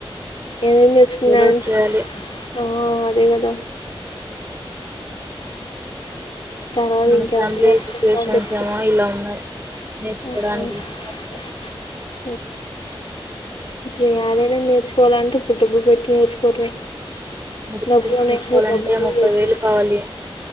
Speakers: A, on the left; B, on the right.
A: ఏమేం నేచుకున్నాంటడి
B: ఏదో ఒకటి చేయాలి
A: ఆ అదే కదా తర్వాత
B: మన
A: ఇంకెవరు
B: ఫ్యామిలీ సిచ్యువేషన్స్
A: తెచ్చు
B: ఏమో ఇలా ఉన్నాయి నేర్చుకోవడానికి
A: ఆ
B: మనీ ఉంట
A: <inaudible> ఇప్పుడు ఆడైనా నేర్చుకోవాలంటే ఇప్పుడు డబ్బు పెట్టి నేర్చుకోవటమే
B: మరి
A: డబ్బులు
B: కోర్స్
A: ఉన్నాయంటే
B: నేర్చుకోవాలంటే
A: డబ్బులు
B: ముప్పై వేలు కావాలి